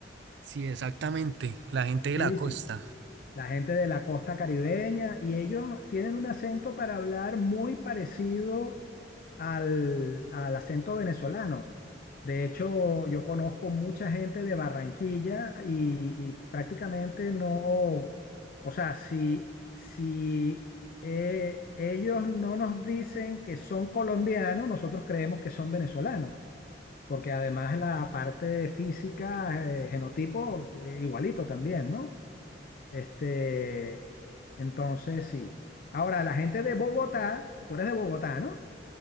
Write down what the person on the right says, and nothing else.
Sí, exactamente, la gente de
la costa.